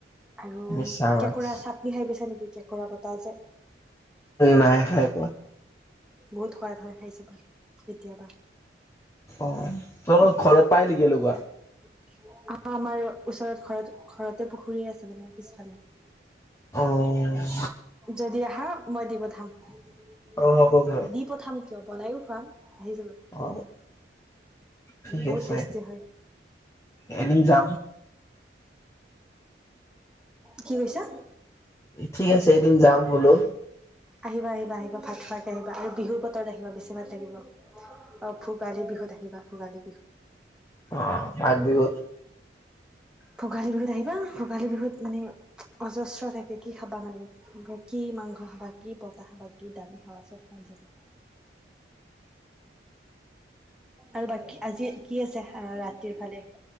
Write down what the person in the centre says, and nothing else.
আৰু
কেঁকোৰা চাটনি খাই পাইছা নেকি? কেঁকোৰা পতা যে।
বহুত সোৱাদ হয়, খাই চাবা। কেতিয়াবা
আহ, আমাৰ ওচৰত ঘৰত ঘৰতে পুখুৰী আছে মানে পিছফালে।
যদি আহা, মই দি পঠাম। <inaudible>
দি পঠাম কিয়, বনাইয়ো খুৱাম। আহি যাবা
বহুত
টেষ্টি হয়
কি কৈছা?
আহিবা আহিবা আহিবা ভাত খোৱাকে আহিবা আৰু বিহুৰ বতৰত আহিবা বেছি ভাত লাগিব অ ভোগালী বিহুত আহিবা ভোগালী বিহুত
ভোগালী বিহুত আহিবা ভোগালী বিহুত মানে অজস্ৰ থাকে কি খাবা মানে কি মাংস খাবা কি পতাহ খিবা কি দাম খবা চব পাই যাবা <inaudible> আৰু বাকী আজি কি আছে ৰাতিৰ ফালে